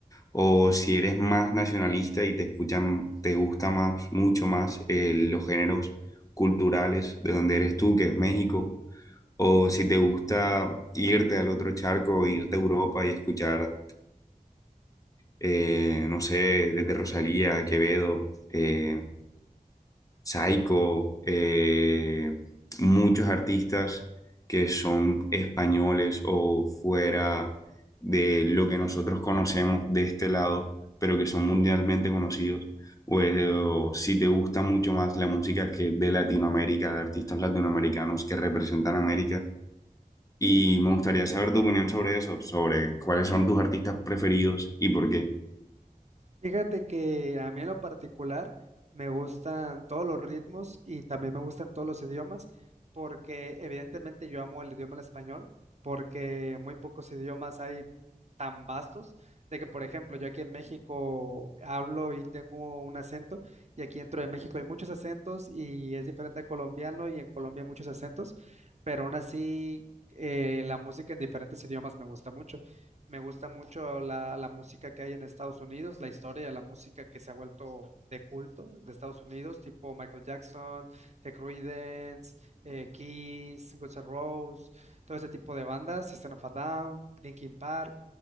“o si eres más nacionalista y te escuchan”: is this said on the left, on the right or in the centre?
Left